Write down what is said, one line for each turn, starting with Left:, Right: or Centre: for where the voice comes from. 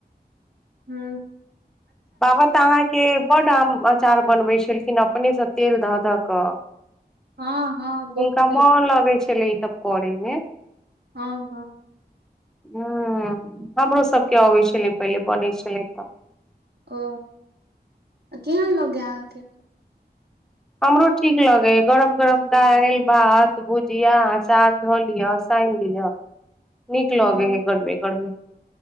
Right: हू
Centre: बाबा तऽ अहाँके बड्ड आम अचार बनबै छलखिन अपनेसँ तेल धऽ धऽ कऽ
Right: हँ हँ बहुते
Centre: हुनका मन लगै छलै ईसभ करयमे
Right: हँ हँ
Centre: ह हमरो सबके अबै छलै पहिले बनै छलै तऽ
Right: ओ केहेन लगे अहाँके
Centre: हमरो ठीक लगे गरम गरम दालि भात भुजिया अचार धऽ लिअ साइन दियौ नीक लगे
Right: हँ
Centre: है गरमे गरमे